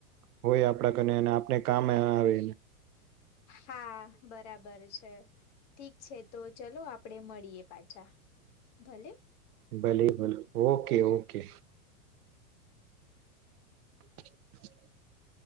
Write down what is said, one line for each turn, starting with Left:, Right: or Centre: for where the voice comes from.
Right: હોય આપણા કને અને ને કામે આવે
Left: હા બરાબર છે ઠીક છે તો ચલો આપડે મળીએ પાછા ભલે
Right: ભલે ભલે ઓકે ઓકે. <inaudible>